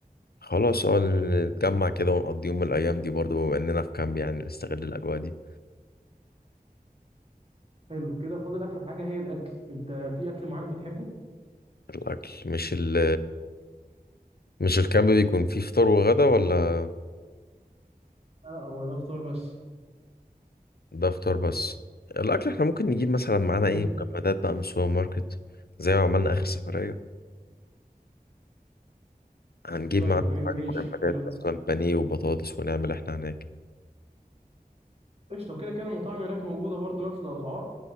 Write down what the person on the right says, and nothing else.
حلو كده فاضل اخر حاجة هي الاكل انت في اكل معين بتحبه؟
لا لا، هو ده فطار بس
مم.
طيب
ما-
ماشي
حلو
قشطة كده كده المطاعم هناك موجودة برضو نفس الأسعار